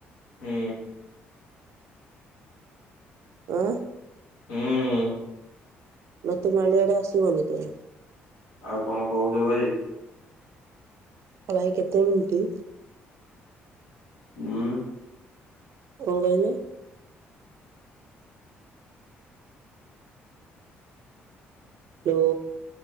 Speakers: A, on the left; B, on the right.
A: ହୁଁ
B: ଆଁ।
A: ହୁଁ।
B: ନାତୁଣୀ ମାନେ ଇଆଡ଼େ ଆସିବେନି ତ କାଇଁ
A: ଆଉ କଣ କହୁଛ ଭାଇ?
B: ଆଉ ଭାଇ କେତେ ମିନିଟ୍?
A: ହୁଁ।
B: କଣ କହିଲେ? ହୁଁ।